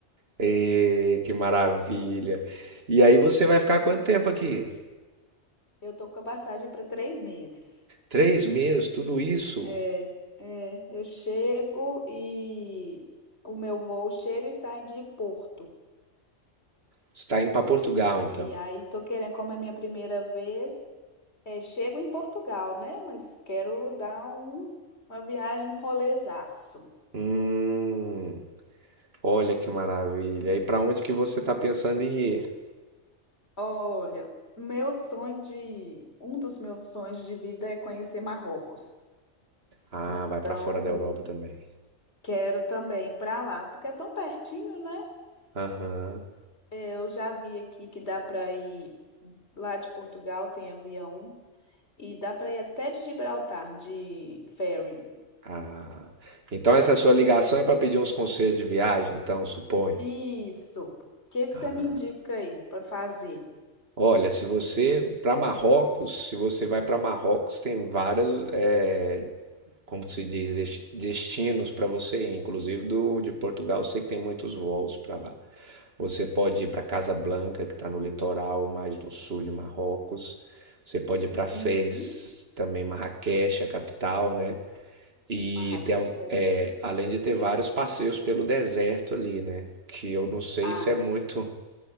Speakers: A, on the right (about 50°); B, on the left (about 55°).
A: Ê, que maravilha. E aí você vai ficar quanto tempo aqui?
B: Eu tô com a passagem para três meses.
A: Três meses, tudo isso?
B: É, é, eu chego e o meu voo chega e sai de Porto.
A: Você tá indo pra Portugal, então.
B: E aí tô querendo, como é minha primeira vez, é, chego em Portugal, né? Mas quero dar um, uma viagem, um rolezaço.
A: Hum. Olha que maravilha. E para onde que você está pensando em ir?
B: Olha, meu sonho de, um dos meus sonhos de vida é conhecer Marrocos.
A: Ah,
B: Então,
A: vai para fora da Europa também.
B: quero também ir para lá, porque é tão pertinho, né?
A: Aham.
B: Eu já vi aqui que dá para ir lá de Portugal, tem avião, e dá para ir até de Gibraltar de ferry.
A: Ah. Então essa sua ligação é para pedir uns conselhos de viagem, então, suponho.
B: Isso. O que que
A: Ah.
B: você me indica aí para fazer?
A: Olha, se você para Marrocos, se você vai para Marrocos, tem vários, eh, como que se diz, des- destinos para você ir. Inclusive do de Portugal, eu sei que tem muitos voos para lá. Você pode ir para Casablanca, que está no litoral mais do sul de Marrocos. Você pode ir para Fez,
B: Uhum.
A: também Marrakech, a capital, né? E
B: Marrakech,
A: tem, al-
B: quero.
A: é,
B: ir.
A: além de ter vários passeios pelo deserto ali, né? Que eu não sei
B: Ah,
A: se é muito,